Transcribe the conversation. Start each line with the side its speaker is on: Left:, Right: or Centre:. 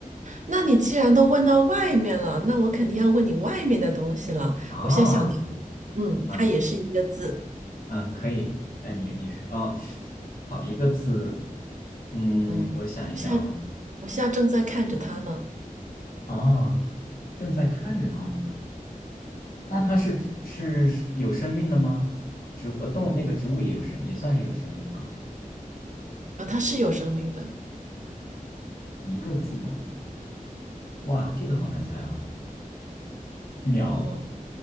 Right: 那你既然都问到外面了，那我肯定要问你外面的东西了。
Left: 啊，
Right: 我现在想到的，嗯，
Left: 嗯
Right: 它也是一个字，
Left: 嗯，可以。那你你是哦，好一个字，嗯，
Right: 嗯，
Left: 我想一下哦，
Right: 我现在我现在正在看着它呢，
Left: 哦，正在看着它呢。那它是是是有生命的吗？植物呃动物那个植物也有生，也算是有生命啊。
Right: 啊，它是有生命的，
Left: 一个字的，哇，这个好难猜啊。鸟
Right: 嗯，